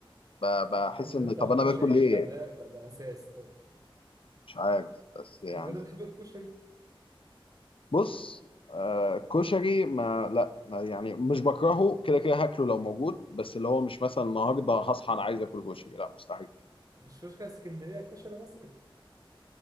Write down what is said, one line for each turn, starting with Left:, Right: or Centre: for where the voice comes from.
Left: ب- بحس
Right: بالذات
Left: ان طب
Right: لو
Left: انا
Right: كشري
Left: باكل ليه
Right: حراق لا ده اساس طيب
Left: مش عارف بس يعني
Right: طب انت بتحب الكشري
Left: بص آه كشري ما لا ما يعني مش بكرهه كده كده هاكله لو موجود بس اللي هو مش مثلا النهارده هصحى انا عايز اكل كشري لا مستحيل
Right: مش كشري اسكندريه كشري مصري